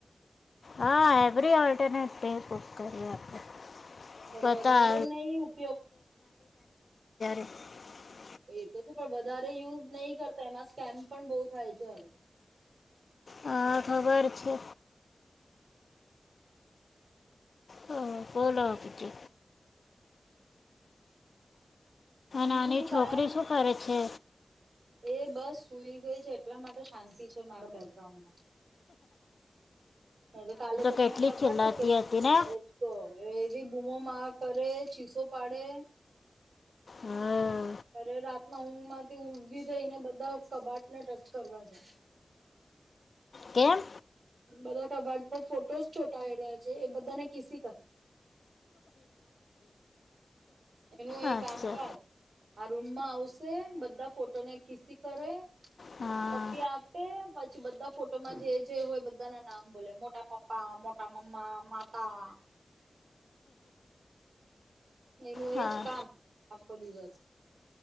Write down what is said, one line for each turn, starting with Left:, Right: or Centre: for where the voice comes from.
Left: હા એવરી ઓલ્ટનેટ <unintelligible>
Right: પણ
Left: પતા
Right: વધારે નહી ઉપયોગ
Left: <unintelligible> <unintelligible>
Right: એ તો છે પણ વધારે યુઝ નહી કરતા એમાં સ્કેમ પણ બહુ થાય છે
Left: હ ખબર છે. હા ફોન આવતો છે
Right: બીજું
Left: નાની
Right: તો
Left: છોકરી
Right: કાઈ
Left: શું કરે છે.
Right: એ બસ સુઈ ગઈ છે એટલા માટે શાંતિ છે મારા બેકગ્રાઉન્ડમાં. એ તો કાલે તમને
Left: કેટલી
Right: ખબર
Left: ચિલ્લાતી
Right: છે કેટલું
Left: હતી ને
Right: એવી બૂમોમાં કરે. ચીસો પાડે.
Left: હા
Right: અરે રાત ઊંઘ મા ઉંઘી થઈ ને બધા કબાટ ને ટચ કરવા જાય.
Left: કેમ.
Right: બધા કબાટ પર ફોટોસ ચોંટાઈ રહ્યા છે એ બધા ને કિસી કરે. એનું એ
Left: અચ્છા
Right: કામકાજ આ રૂમમાં આવશ બધા ફોટો ને કિસી કરે.
Left: હા
Right: પપ્પી આપે પછી બધા. ફો ફોટોમાં જે જે હોય બ મુધા ના નામ બોલે મોટા પપ્પા મોટા મમ્મા માતા. એનું
Left: હા
Right: એજ કામ આખો દિવસ.